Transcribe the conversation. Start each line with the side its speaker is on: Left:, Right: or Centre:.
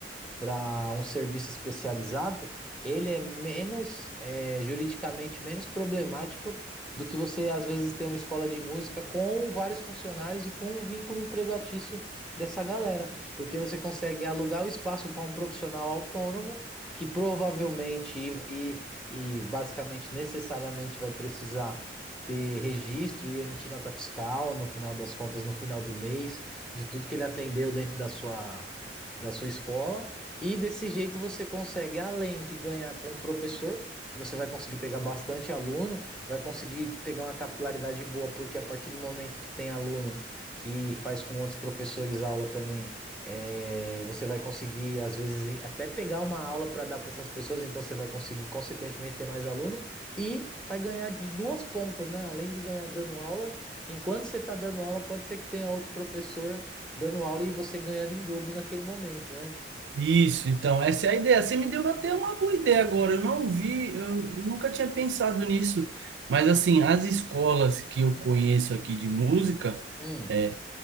Centre: para um serviço especializado, ele é menos, é, juridicamente menos problemático do que você às vezes ter uma escola de música com vários funcionários e com um vínculo empregatício dessa galera, porque você consegue alugar o espaço para um profissional autônomo que provavelmente e, e, e basicamente necessariamente vai precisar ter registro e emitir nota fiscal no final das contas, no final do mês, de tudo que ele atendeu dentro da sua da sua escola e desse jeito você consegue, além de ganhar como professor, que você vai conseguir pegar bastante aluno, vai conseguir pegar uma capilaridade boa, porque a partir do momento que tem aluno que faz com outros professores aula também, eh, você vai conseguir, às vezes, em- até pegar uma aula para dar para essas pessoas, então você vai conseguir, consequentemente, ter mais aluno e vai ganhar de duas pontas, né? Além de ganhar dando aula, enquanto você está dando aula, pode ser que tenha outro professor dando aula e você ganhando em dobro naquele momento, né?
Right: Isso, então, essa é a ideia. Você me deu até uma boa ideia agora. Eu não vi, eu, eu nunca tinha pensado nisso. Mas, assim, as escolas que eu conheço aqui de música,
Centre: Um,
Right: é,